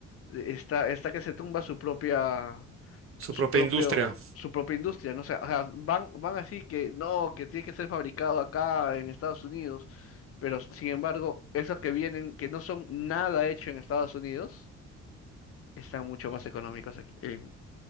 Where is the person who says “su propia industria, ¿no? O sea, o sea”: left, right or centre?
Left